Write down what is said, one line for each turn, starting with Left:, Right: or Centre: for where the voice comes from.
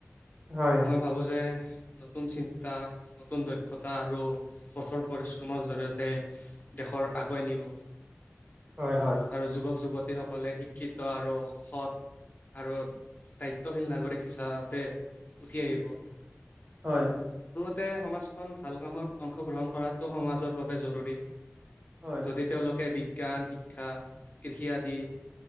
Right: হয়,
Left: মই ভাবো যে নতুন চিন্তা, নতুন দক্ষতা, আৰু পথৰ পৰি জৰিয়তে দেশৰ আগুৱাই নিব।
Right: হয়, হয়,
Left: আৰু যুৱক- যুৱতী সকলে শিক্ষিত আৰু সৎ আৰু দায়িত্বশীল নাগৰিক হিচাপতে উঠি আহিব।
Right: হয়।
Left: তে সমাজখন ভাল কামত অংশগ্ৰহণ কৰাটো সমাজৰ বাবে জৰুৰী।
Right: হয়,
Left: যদি তেওঁলোকে বি জ্ঞান শিক্ষা কৃষি আদি